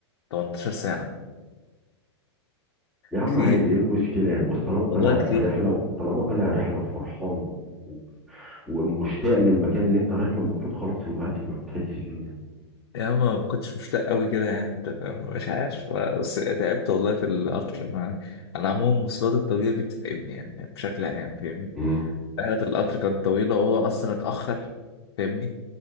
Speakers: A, on the left; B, in the centre.
A: 18 ساعة
B: يا عم
A: كتير
B: عادي ايه المشكلة يعني بص طالما طالع
A: والله كتير
B: رحلة طالما طالع رحلة وفرحان و- و- ومشتاق للمكان اللي انت رايحه المفروض خلاص الوقت ما بتحسش بيه يعني
A: يا ما ما كنتش مشتاق قوي كده يعني انت فاهم؟ مش عارف بس تعبت والله في القطر ما انا عموما المواصلات الطويله دي بتتعبني يعني بشكل عام فاهمني
B: امم
A: رحله القطر كانت طويله وهو اصلا اتاخر فاهمني